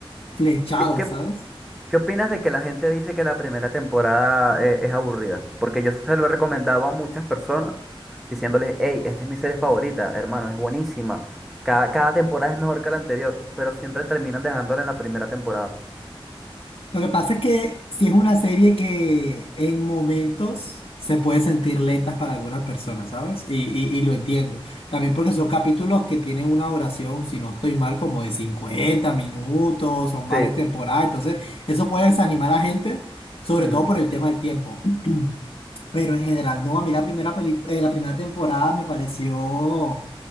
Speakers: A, on the left; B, in the centre.
A: flechado,
B: ¿Qué, qué,
A: ¿sabes?
B: qué opinas de que la gente dice que la primera temporada eh, es aburrida? Porque yo se lo he recomendado a muchas personas diciéndoles, hey, esta es mi serie favorita, hermano, es buenísima. Cada, cada temporada es mejor que la anterior, pero siempre terminan dejándola en la primera temporada.
A: Lo que pasa es que sí es una serie que en momentos se puede sentir lentas para algunas personas, ¿sabes? Y, y, y lo entiendo. También porque son capítulos que tienen una duración si no estoy mal, como de 50 minutos, son varias
B: Sí.
A: temporadas, entonces eso puede desanimar a la gente, sobre
B: Ujú.
A: todo por el tema del tiempo. <clears throat> Pero en general, no, a mí la primera peli- eh, la primera temporada me pareció, o